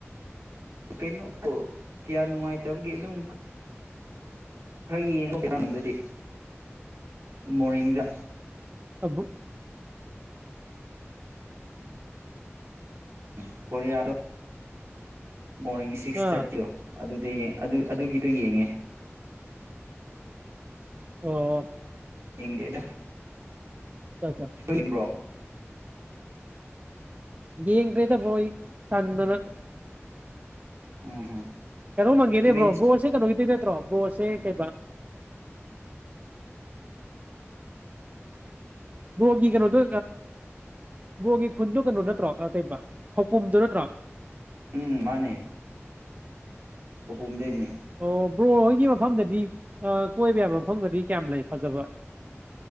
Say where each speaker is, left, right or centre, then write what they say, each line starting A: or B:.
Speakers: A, on the right; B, on the right.
A: ꯀꯩꯅꯣ ꯑꯣ ꯀꯌꯥ ꯅꯨꯡꯉꯥꯏꯇꯕꯒꯦ ꯑꯗꯨꯝ ꯈꯔ ꯌꯦꯡꯉꯣꯝ ꯑꯗꯨꯗꯤ ꯃꯣꯔꯅꯤꯡꯗ
B: ꯑꯕꯨ
A: ꯎ ꯀꯣꯔꯤꯌꯥ ꯃꯣꯔꯅꯤꯡ ꯁꯤꯛꯁ
B: ꯑꯥ
A: ꯊꯥꯔꯇꯤ ꯑꯣ ꯑꯗꯨꯗ ꯑꯗꯨ ꯑꯗꯨꯒꯤꯗꯣ ꯌꯦꯡꯉꯦ
B: ꯑꯣ
A: ꯗꯦꯗ
B: ꯑꯠꯆꯥ ꯑꯠꯆꯥ
A: ꯟꯕ꯭ꯔꯣ
B: ꯌꯦꯡꯡ ꯀꯦꯗ ꯄꯣꯏ ꯇꯗꯨꯅ
A: ꯎꯝ ꯍꯝ
B: ꯀꯩꯅꯣꯪꯒꯅꯦꯕꯣꯕꯣ
A: ꯃꯦꯠꯁ
B: ꯋꯥꯁꯦ ꯀꯩꯅꯣ ꯏꯗꯤꯅꯦ ꯃ꯭ꯔ ꯑꯕꯣ ꯍꯥꯁ ꯀ ꯕꯣꯒꯤ ꯀꯩꯅꯣꯗꯣ ꯕꯣꯒꯤ ꯈꯨꯟꯗꯣ ꯀꯩꯅꯣ ꯅꯠꯇ꯭ꯔꯣ ꯀꯩꯕ ꯈꯧꯄꯨꯝꯗꯨꯣ ꯅꯠꯇ꯭ꯔꯣ
A: ꯎꯝ ꯃꯥꯅꯦ ꯍꯄꯣꯝꯗꯩꯅꯦ
B: ꯑꯣ ꯕ꯭ꯔꯣ ꯍꯣꯏꯒꯤ ꯃꯐꯝꯗꯗꯤ ꯀꯣꯏꯕ ꯌꯥꯕ ꯃꯐꯝꯗꯗꯤ ꯀꯌꯥꯝ ꯂꯩ ꯐꯖꯕ